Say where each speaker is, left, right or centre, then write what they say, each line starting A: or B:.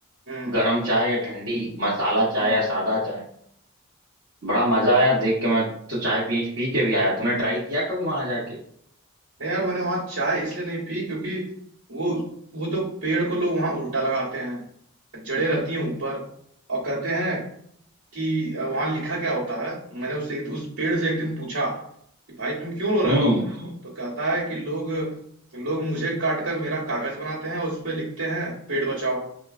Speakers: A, on the right (about 80°); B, on the right (about 60°).
A: हम्म।
B: गरम चाय या ठंडी मसाला चाय
A: हम्म।
B: या सादा चाय बड़ा मजा आया देख के मैं तो चाय पी पी के भी आया तुमने ट्राई किया कभी वहां जाके
A: नहीं यार मैंने वहां चाय इसलिए नहीं पी क्योंकि वो वो तो पेड़ को लोग वहां उल्टा लगाते हैं जड़ें रहती हैं ऊपर और कहते हैं कि अ, वहां लिखा क्या होता है मैंने उस एक, उस पेड़ से एक दिन पूछा कि भाई तुम क्यों रो
B: हम्म
A: रहे हो तो कहता है कि लोग लोग मुझे काट कर मेरा कागज बनाते हैं और उस पर लिखते हैं पेड़ बचाओ